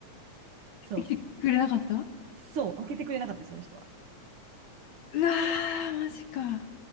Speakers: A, on the right; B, on the left.
A: そう、
B: 来てくれなかった
A: そう、開けてくれなかったです、その人は。
B: うわー、マジか。